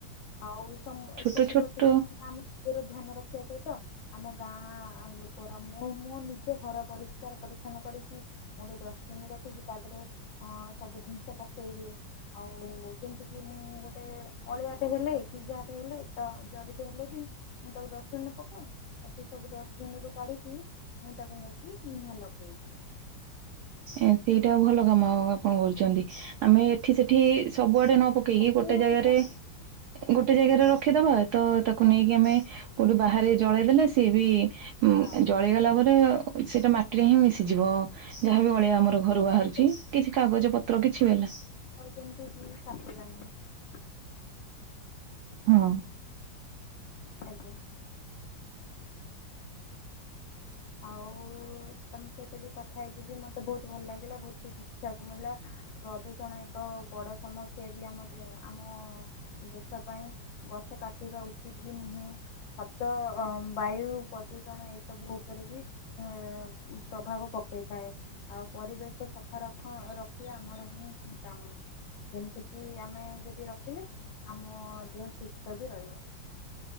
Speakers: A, on the left (about 80°); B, on the right (about 75°).
A: ଆଉ
B: ଛୋଟ
A: ସେଥିପତି
B: ଛୋଟ
A: କି ଆମେ ଆମ। ଧ୍ୟାନ ରଖିବା ସହିତ ଆମ ଗାଁ ଲୋକର ମୁଁ ମୋ ନିଜ। ଘର ପରିଷ୍କାର କରି। ଦନ କରିକି ଗୋଟେ ଡଷ୍ଟବିନ ରଖିକି ତା ଦେହରେ ଅ ସବୁ ଜିନିଷ ପକେଇଦିଏ। ଆଉ ସେମତି କି ମୁଁ ଗୋଟେ। ଅଳିଆଟେ ହେଲେ କି ଯାହାଟେ ହେଲେ ତ ଜରିଟେ ହେଲେ ବି ମୁଁ ତାକୁ ଡଷ୍ଟବିନରେ ପକାଏ। ଆଉ ସେ ସବୁ ଡଷ୍ଟବିନ ରୁ କାଢିକି ମୁଁ ତାକୁ ନେଇକି ନିଆଁ ଲଗେଇଦିବି।
B: ଏ ସେଇଟା ଭଲ କାମ ଆପଣ କରୁଛନ୍ତି ଆମେ ଏଠି ସେଠି ସବୁଆଡେ ନ ପକେଇ। ପକେଇକି
A: ପକେଇବା
B: ଗୋଟେ ଜାଗାରେ
A: ପକା
B: ଗୋଟେ ଜାଗାରେ ରଖିଦବା ତ ତାକୁ
A: ହଁ
B: ନେଇକି ଆମେ। କୋଉଠି ବାହାରେ ଜଳେଇଦେଲେ ସିଏ ବି
A: ବାସ୍
B: ଜଳେଇ ଗଲା ପରେ। ସେଇଟା ମାଟିରେ ହିଁ ମିଶିଯିବ ଯାହାବି ଅଳିଆ ଆମର ଘର। ବାହାରୁଛି
A: ଗଛ
B: କିଛି କାଗଜ ପତ୍ର କିଛି ହେଲା।
A: ଆଉ ଯେମତି କି କାଷିବା ନାହି।
B: ହଁ।
A: ଆଜ୍ଞା। ଆଉ ତମ ସହିତ ବି କଥା ହେଇକି ବି ମତେ ବହୁତ ଭଲ ଲାଗିଲା ବହୁତ କିଛି ଶିଖିବାକୁ ମିଳିଲା। ପ୍ରଦୂଷଣ ଏକ ବଡ ସମସ୍ୟା ବି ଆମ ଆମ। ଦେଶ ପାଇଁ ଗଛ କାଟିବା ଉଚିତ ବି ନୁହେଁ। ଶଦ୍ଦ ବାୟୁ ପ୍ରଦୂଷଣ ଏସବୁ। ଉପରେ ବି ପ୍ରଭାବ ପକେଇଥାଏ। ଆଉ ପରିବେଶ ସଫା ରଖ ରଖିବା ଆମର ହିଁ କାମ। ଯେମିତି କିି ଆମେ ଯଦି ରଖିଲେ ଆମ ଦେହ ସୁସ୍ଥ ବି ରହିବ।